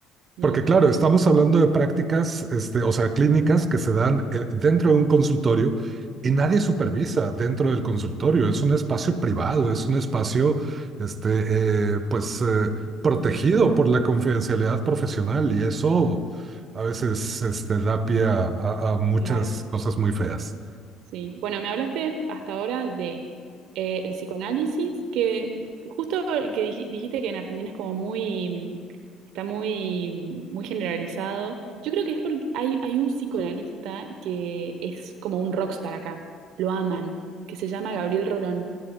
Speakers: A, on the right (about 65°); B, on the right (about 40°).
A: Bien.
B: Porque claro, estamos hablando de prácticas, este, o sea, clínicas que se dan eh, dentro de un consultorio y nadie supervisa
A: Ujú,
B: dentro del consultorio. Es un espacio privado, es un espacio, este, eh, pues, eh, protegido
A: ujú,
B: por la confidencialidad profesional y eso a veces, este, da pie a, a- a muchas
A: Claro,
B: cosas muy feas.
A: sí. Bueno, me hablaste hasta ahora de eh, el psicoanálisis, que justo el que dij- dijiste que en Argentina es como muy, mm, está muy, muy generalizado. Yo creo que es porque hay, hay un psicoanalista que es como un rockstar acá, lo aman, que se llama Gabriel Rolón.